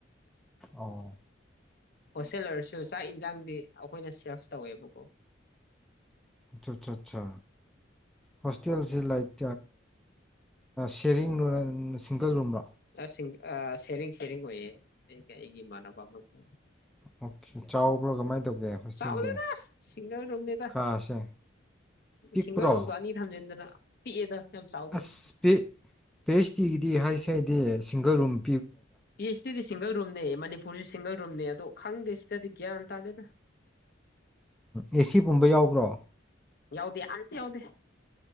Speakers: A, in the centre; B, on the left (about 50°).
A: ꯑꯣ
B: ꯍꯣꯁꯇꯦꯜ ꯑꯣꯏꯔꯁꯨ ꯆꯥꯛ ꯌꯦꯟꯁꯥꯡꯗꯤ ꯍꯥꯎ ꯑꯩꯈꯣꯏꯅ ꯁꯦꯂꯐ ꯇꯧꯋꯦꯕꯀꯣ
A: ꯑ ꯑꯠꯆꯥ ꯑꯠꯆꯥ ꯍꯣꯁꯇꯦꯜꯁꯦ ꯂꯥꯏꯛ ꯁꯦꯔꯤꯡꯔꯣ ꯁꯤꯡꯒꯜ ꯔꯨꯝꯔꯣ
B: ꯁꯤꯡ ꯁꯦꯔꯤꯡ ꯁꯦꯔꯤꯡ ꯑꯣꯏꯌꯦ ꯑꯩꯒ ꯑꯩꯒꯤ ꯏꯃꯥꯟꯅꯕ ꯑꯃꯒ
A: ꯑꯣꯀꯦ ꯆꯥꯎꯕ꯭ꯔꯣ ꯀꯃꯥꯏꯅ ꯇꯧꯒꯦ ꯍꯣꯁꯇꯦꯜꯗꯤ
B: ꯆꯥꯎꯗꯦꯗ ꯁꯤꯡꯒꯜ ꯔꯨꯝꯅꯤꯗ
A: ꯀꯥꯁꯦ ꯄꯤꯛꯄ꯭ꯔꯣ
B: ꯁꯤꯡꯒꯜ ꯔꯨꯝꯗꯣ ꯑꯅꯤ ꯊꯝꯖꯤꯟꯗꯅ ꯄꯤꯛꯑꯦꯗ ꯌꯥꯝ ꯆꯥꯎꯗꯦꯗ
A: ꯑꯁ ꯄꯤꯛ ꯄꯤ ꯑꯩꯆ ꯗꯤꯒꯤꯗꯤ ꯍꯥꯏꯁꯦ ꯍꯥꯏꯗꯤ ꯁꯤꯡꯒꯜ ꯔꯨꯡ
B: ꯄꯤ ꯑꯩꯆ ꯗꯤ ꯁꯤꯡꯒꯜ ꯔꯨꯝꯅꯦ ꯃꯅꯤꯄꯨꯔꯁꯤ ꯁꯤꯡꯒꯜ ꯔꯨꯝꯅꯤ ꯑꯗꯣ ꯈꯪꯗꯦ ꯁꯤꯗꯗꯤ ꯒ꯭ꯌꯥꯟ ꯇꯥꯗꯦꯗ
A: ꯑꯦ ꯁꯤ ꯀꯨꯝꯕ ꯌꯥꯎꯕ꯭ꯔꯣ
B: ꯌꯥꯎꯗꯦ ꯑꯝꯇ ꯌꯥꯎꯗꯦ